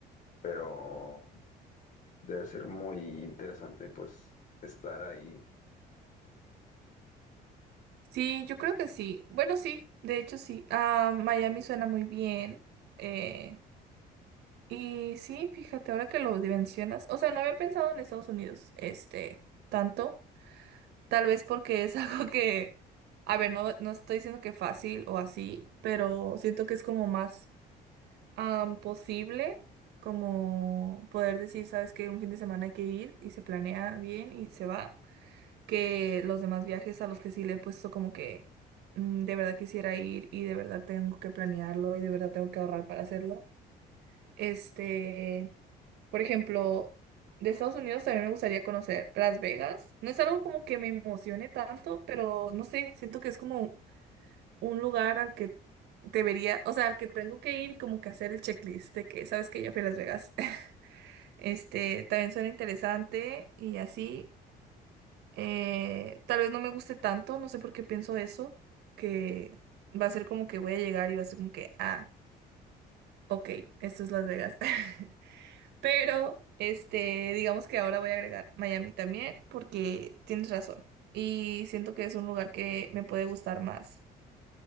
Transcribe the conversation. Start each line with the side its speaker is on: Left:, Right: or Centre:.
Left: pero debe ser muy interesante pues estar ahí.
Right: sí, yo creo que sí. Bueno, sí, de hecho sí. Ah, Miami suena muy bien. Eh, Y sí, fíjate, ahora que lo mencionas, o sea, no había pensado en Estados Unidos, este, tanto, tal vez porque es <laughs> algo que, a ver, no, no estoy diciendo que fácil o así, pero siento que es como más am, posible, como poder decir, sabes que un fin de semana hay que ir y se planea bien y se va, que los demás viajes a los que sí le he puesto como que mm, de verdad quisiera ir y de verdad tengo que planearlo y de verdad tengo que ahorrar para hacerlo. Este... Por ejemplo, de Estados Unidos también me gustaría conocer Las Vegas. No es algo como que me emocione tanto, pero no sé, siento que es como un lugar al que debería, o sea, al que tengo que ir como que hacer el checklist de que sabes que ya fui a Las Vegas. <laughs> Este, también suena interesante y así. Eh, tal vez no me guste tanto, no sé por qué pienso eso, que va a ser como que voy a llegar y va a ser como que, ah, ok, esto es Las Vegas. <laughs> Pero, este, digamos que ahora voy a agregar Miami también porque tienes razón. Y siento que es un lugar que me puede gustar más